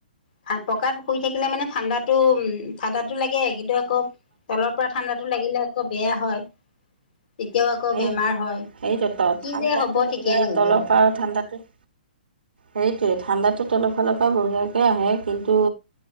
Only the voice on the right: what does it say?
সেই
সেইটো ত
ঠাণ্ডাতটো
বঢ়িয়া
তলৰ পৰা আৰু ঠাণ্ডাতো সেইটোৱে ঠাণ্ডাটো তলৰ ফালৰ পৰা বঢ়িয়াকৈ আহে কিন্তু